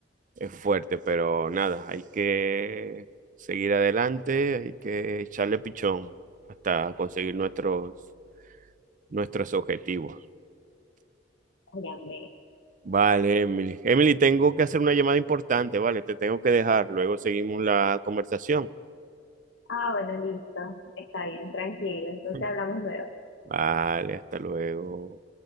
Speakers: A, on the right (about 45°); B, on the left (about 80°).
A: es fuerte, pero nada, hay que seguir adelante, hay que echarle pichón hasta conseguir nuestros, nuestros objetivos.
B: Óyame.
A: Vale, Emily. Emily, tengo que hacer una llamada importante, vale, te tengo que dejar, luego seguimos la conversación.
B: Ah, bueno, listo. Está bien, tranquilo. Entonces
A: <laughs>
B: hablamos luego.
A: Vale, hasta luego.